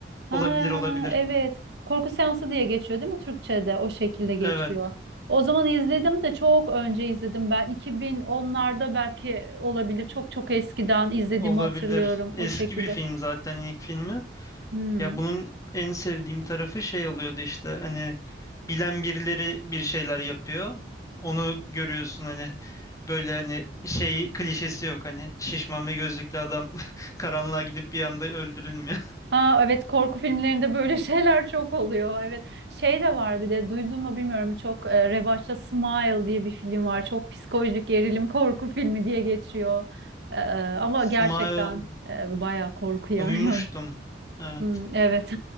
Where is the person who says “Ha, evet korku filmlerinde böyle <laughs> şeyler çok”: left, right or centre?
Right